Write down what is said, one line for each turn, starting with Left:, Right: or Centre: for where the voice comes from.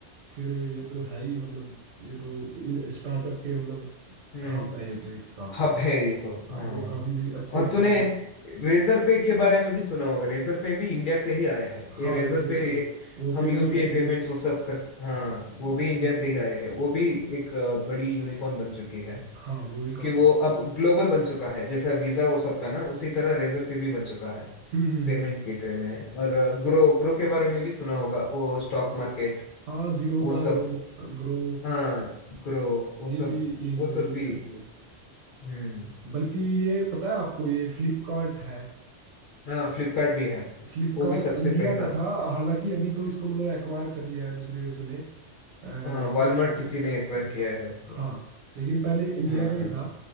Right: फिर ये तो है ही मतलब ये तो इन स्टार्टअप के मतलब
Left: हम्म
Right: हब है ये तो एक हिसाब से
Left: हब है ये तो हाँ
Right: हाँ ये तो काफी अच्छे
Left: और
Right: तरीके
Left: तूने
Right: से-
Left: रेजर पे के बारे में भी सुना होगा रेजर पे भी इंडिया से ही आया है ये
Right: हाँ
Left: रेजर
Right: रेज
Left: पे
Right: और पे वो
Left: हम
Right: पेमेंट
Left: यूपीआई
Right: गेटवे
Left: पेमेंट्स वो सब करते हाँ
Right: हाँ
Left: वो भी
Right: पेमेंट
Left: इंडिया से
Right: गेटवे
Left: ही आए हैं वो भी एक अ, बड़ी यूनिकॉर्न बन चुकी है
Right: हाँ वो भी
Left: क्योंकि
Right: काफी
Left: वो
Right: अच्छी है
Left: अब ग्लोबल बन चुका है जैसा वीजा वो सब था ना उसी तरह रेजर पे भी बन चुका है
Right: हम्म हम्म
Left: पेमेंट
Right: हम्म हम्म, हम्म।
Left: गेटवे में और ग्रो ग्रो के बारे में भी सुना होगा वो स्टॉक
Right: हाँ ग्रो
Left: मार्केट
Right: हाँ जीरोधा
Left: वो सब
Right: ग्रो
Left: हाँ ग्रो वो सब
Right: ये भी यहीं
Left: वो
Right: से
Left: सब
Right: इंडिया
Left: भी
Right: से ही है
Left: हम्म
Right: बल्कि ये पता है आपको ये फ्लिपकार्ट है
Left: हाँ फ्लिपकार्ट भी है
Right: फ्लिपकार्ट
Left: वो भी सबसे
Right: इंडिया
Left: पहला
Right: का था हालांकि अभी तो इसको मतलब एक्वायर कर लिया है दूसरे उसने अ,
Left: हाँ
Right: दूसरे
Left: वॉलमार्ट
Right: कंट्री
Left: किसी ने एक्वायर
Right: के
Left: किया है उसको
Right: हाँ लेकिन पहले इंडिया
Left: हाँ
Right: का ही
Left: हाँ
Right: था